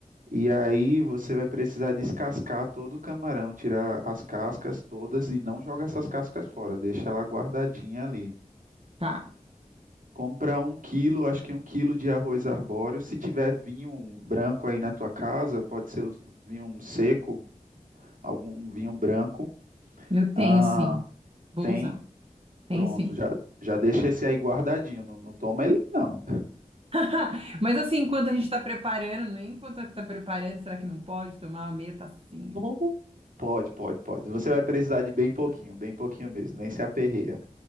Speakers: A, on the right (about 75°); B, on the right (about 45°).
A: E aí você vai precisar descascar todo o camarão, tirar as cascas todas e não joga essas cascas fora, deixa ela guardadinha ali.
B: Tá.
A: Compra um quilo, acho que um quilo de arroz arbóreo. Se tiver vinho branco aí na tua casa, pode ser o- vinho seco, algum vinho branco.
B: Eu tenho
A: Ah,
B: sim. Vou
A: tem.
B: usar. Tenho
A: Pronto,
B: sim.
A: já, já deixa esse aí guardadinho. Não, não toma ele, não.
B: <laughs> Mas assim, enquanto a gente tá preparando, nem enquanto tá preparando, será que não pode tomar uma meia tacinha?
A: Uhum. Pode, pode, pode. Você vai precisar de bem pouquinho, bem pouquinho mesmo, nem se aperreia.